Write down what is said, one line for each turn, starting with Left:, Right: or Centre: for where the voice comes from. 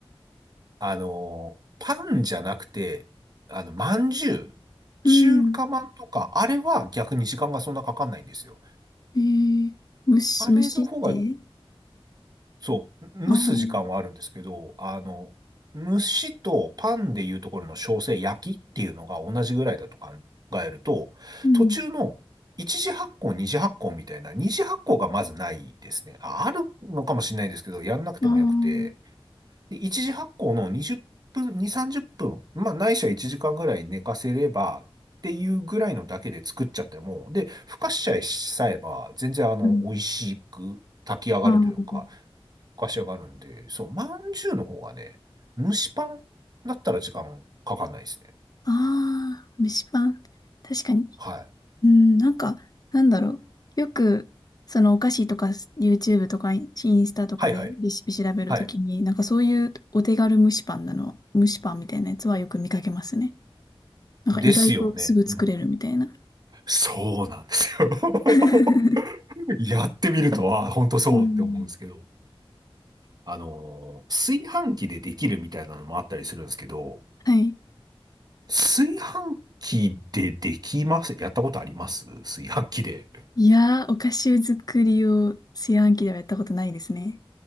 Right: あのー、パンじゃなくて、あの、まんじゅう、
Left: <laughs>
Right: 中華まんとか、
Left: うん。
Right: あれは逆に時間がそんなかかんないんですよ。
Left: えー、虫、
Right: あれの方が
Left: 虫って、
Right: そう、
Left: ああー、
Right: 蒸す時間はあるんですけど、あの、蒸しとパンでいうところの焼成焼きっていうのが同じぐらいだと考えると、
Left: うん。
Right: 途中の一次発酵、二次発酵みたいな、二次発酵がまずないですね。ああるのかもしれないですけど、やんなくてもよくて、
Left: ああ、
Right: で、一次発酵の20分、2、30分、まあ、ないしは1時間ぐらい寝かせれば、っていうぐらいのだけで作っちゃっても、で、ふかしちゃえしさえば、全然あの、
Left: うん。
Right: 美味しく炊き上がるというか、
Left: あ
Right: ふかし上がるんで、そう、まんじゅうの方がね、蒸しパンだったら時間かかんないですね。
Left: あ、ああ、蒸しパン。確かに。
Right: はい。
Left: うん、なんか、なんだろう。よく、そのお菓子とか YouTube とかインスタとかでレシピ調べるときに、
Right: はいはい。はい。
Left: なんかそういうお手軽蒸しパンなの、蒸しパンみたいなやつはよく見かけますね。なんか意外とすぐ作れるみたいな。
Right: ですよね。うん、そうなんですよ。<laughs>
Left: <laughs>
Right: やってみると、ああ、ほんとそうって思うんですけど。
Left: うん。
Right: あのー、炊飯器でできるみたいなのもあったりするんですけど、
Left: <laughs> はい。
Right: 炊飯器でできますやったことあります炊飯器で。
Left: いやー、お菓子作りを炊飯器ではやったことないですね。